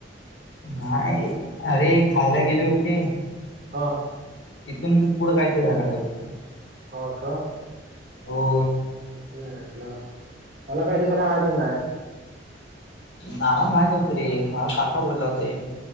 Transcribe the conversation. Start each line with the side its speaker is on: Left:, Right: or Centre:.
Left: नाही अरे खायला गेली होती
Right: हां
Left: तथून तच पुुडं कायतरी झालं काहीतरी
Right: हांँगकाँग
Left: हो
Right: म्हटलं मला काही तलं काय माहतीच नाही
Left: आमला माही नव्हती रे मझ काका बोलला होता